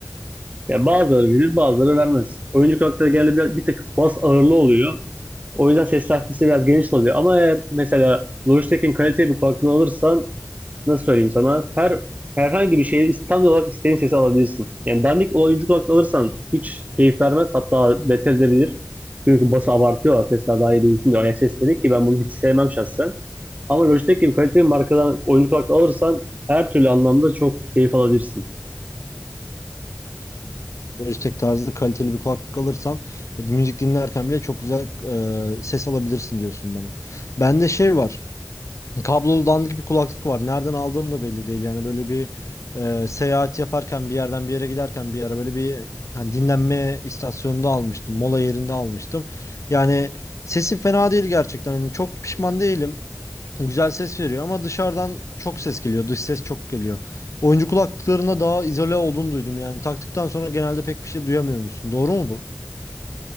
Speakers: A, on the right (about 30°); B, on the left (about 70°).
A: Yani bazıları verir bazıları vermez. Oyuncu kulaklıkta genelde bir, bir tık bas ağırlı oluyor. O yüzden ses takvisi biraz geniş oluyor. Ama eğer mesela Logitech'in kaliteli bir kulaklığı alırsan nasıl söyleyeyim sana her herhangi bir şeyi tam olarak istediğin sesi alabilirsin. Yani dandik oyuncu kulaklık alırsan hiç keyif vermez hatta beter edilir. Çünkü bası abartıyor Tesla daha iyi duyulsun diye ayak sesleri ki ben bunu hiç sevmem şahsen. Ama Logitech gibi kaliteli bir markadan oyuncu kulaklığı alırsan her türlü anlamda çok keyif alabilirsin.
B: Ha, yani Logitech tarzı kaliteli bir kulaklık alırsan e, müzik dinlerken bile çok güzel e, ses alabilirsin diyorsun bana. Bende şey var. Kablolu dandik bir kulaklık var. Nereden aldığım da belli değil. Yani böyle bir e, seyahat yaparken bir yerden bir yere giderken bir yere böyle bir hani dinlenme istasyonunda almıştım. Mola yerinde almıştım. Yani sesi fena değil gerçekten. Hani çok pişman değilim. Güzel ses veriyor ama dışarıdan çok ses geliyor. Dış ses çok geliyor. Oyuncu kulaklıklarına daha izole olduğunu duydum. Yani taktıktan sonra genelde pek bir şey duyamıyormuşsun. Doğru mu bu?